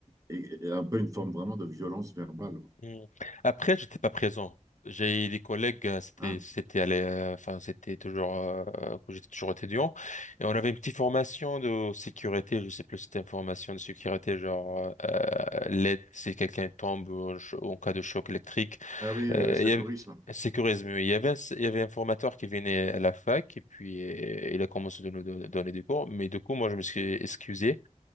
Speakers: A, on the right (about 25°); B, on the left (about 75°).
A: et, et un peu une forme vraiment de violence verbale?
B: Mm. Après, j'étais pas présent. J'ai des collègues, euh, c'était
A: Ah,
B: c'était à l'é- euh, enfin c'était toujours euh, quand j'étais toujours étudiant et on avait une petite formation de sécurité, je sais plus si c'était une formation de sécurité genre euh, euh, l'aide si quelqu'un tombe ou en, cho- ou en cas de choc électrique,
A: ah oui, le
B: euh,
A: secourisme.
B: il y avait, sécurise mieux. Il y avait un, il y avait un formateur qui venait à la fac et puis euh, il a commencé de nous don- donner des cours, mais du coup moi je me suis excusé